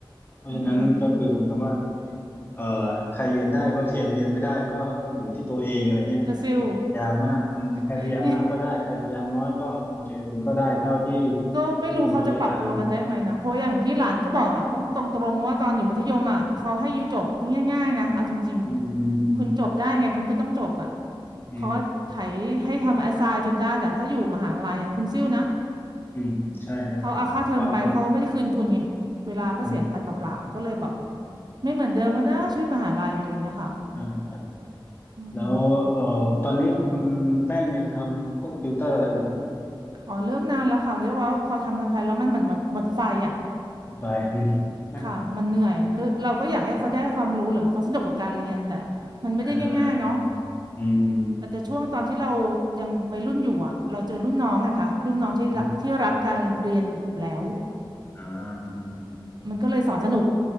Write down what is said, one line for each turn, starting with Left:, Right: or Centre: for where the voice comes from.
Left: เพราะฉะนั้นก็คือเหมือนกับว่า
Right: อือหือ
Left: เอ่อใครเรียนได้ก็ <laughs> เรียนเรียนไม่ได้ก็ก็อยู่ที่ตัวเองอะไรเงี้ยเออพยายามมากอืมใครพยายามมากก็ได้ใครพยายามน้อยก็โอเคคุณก็ได้เท่าที่
Right: กระซิว <laughs> นี่ก็ไม่รู้เขาจะปรับตัวกันได้ไหมนะเพราะอย่างที่หลานก็บอกอ่ะก็ตรงๆว่าตอนอยู่มัธยมอ่ะเขาให้อยู่จบง่ายๆนะเอาจริงๆคุณจบได้ไงคุณก็ต้องจบอ่ะ
Left: เท่าที่คุณพยายามอะไรเงี้ยอืมอืมอืมอืม
Right: เขาก็ไถให้ทำแอสไซน์จนได้แต่ถ้าอยู่มหาลัยอ่ะคุณซิ่วนะ
Left: อืมอืมใช่ครับผมบางคน
Right: เขาเอาค่าเทอมไปเขาไม่ได้คืนคุณไงเวลาก็เสียไปเปล่าๆก็เลยแบบ
Left: อืมอืม
Right: ไม่เหมือนเดิมแล้วนะชีวิตมหาลัยอะไรอย่างเงี้ยค่ะ
Left: อ่าครับ
Right: อืม
Left: แล้วเอ่อตอนนี้คุณแป้งยังทำพวกติวเตอร์อะไรอยู่ไหมครับ
Right: อ๋อเลิกนานแล้วค่ะเพราะว่าพอทำไปๆแล้วมันเหมือนหมดหมดไฟอ่ะ
Left: ไป <laughs>
Right: ค่ะมันเหนื่อยหรือเราก็อยากให้เขาได้ความรู้หรือเขาสนุกกับการเรียนแต่มันไม่ได้ง่ายๆเนาะ
Left: อ่าอ่าอ่าออืม
Right: อาจจะช่วงตอนที่เรายังวัยรุ่นอยู่อ่ะเราเจอรุ่นน้องไงคะรุ่นน้องที่ละที่รักการเรียนอยู่แล้ว
Left: อืมอืมอืมอ่าอืมอืม
Right: มันก็เลยสอนสนุก